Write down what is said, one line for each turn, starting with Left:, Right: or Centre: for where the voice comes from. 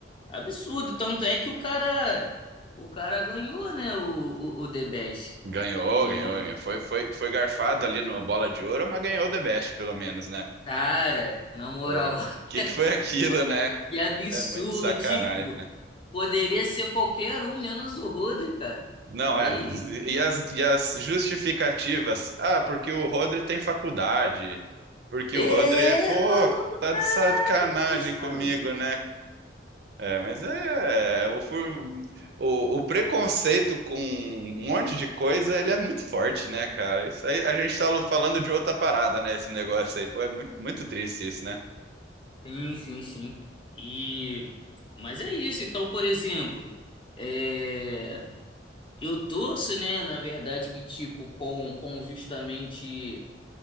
Left: Absurdo, tanto é que o cara, o cara ganhou, né, o, o, o The Best.
Right: Ganhou,
Left: E,
Right: ganhou, ganhou. Foi, foi, foi garfado ali no Bola de Ouro, mas ganhou o The Best, pelo menos, né?
Left: cara, na moral,
Right: O
Left: <laughs>
Right: que que foi aquilo, né?
Left: que absurdo,
Right: É muito sacanagem,
Left: tipo,
Right: né?
Left: poderia ser qualquer um menos o Rodri, cara.
Right: Não,
Left: Que
Right: é.
Left: isso.
Right: E as, e as justificativas? Ah, porque o Rodri tem faculdade. Porque
Left: É,
Right: o Rodri é, pô,
Left: maluco,
Right: tá
Left: caraca,
Right: de sacanagem
Left: que bizarro.
Right: comigo, né? É, mas é é, o, fu- o, o preconceito com um monte de coisa, ele é muito forte, né, cara? Isso aí, a gente tá falando de outra parada, né? Esse negócio aí, pô, é muito, muito triste isso, né?
Left: Sim, sim, sim. E, mas é isso, então, por exemplo, é, eu torço, né, na verdade, que, tipo, com, com justamente